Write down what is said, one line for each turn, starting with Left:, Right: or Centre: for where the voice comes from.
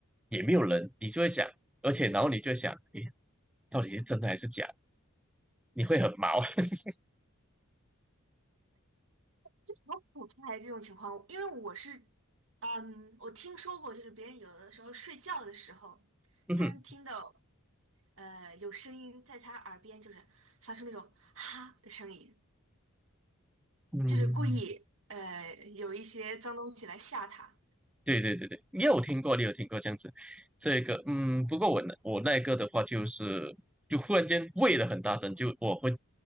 Centre: 也没有人，你就会想，而且然后你就会想，诶，到底是真的还是假的？你会很毛，<laughs>
Right: 这好可怕呀！这种情况，因为我是，嗯，我听说过，就是别人有的时候睡觉的时候，
Centre: 嗯哼
Right: 他能听到。呃，有声音在他耳边，就是发出那种哈的声音，
Centre: 嗯
Right: 就是故意呃有一些脏东西来吓他。啊
Centre: 对对对对对，你有听过，你有听过这样子，这个嗯，不过我那我那个的话就是就忽然间喂了很大声，就我会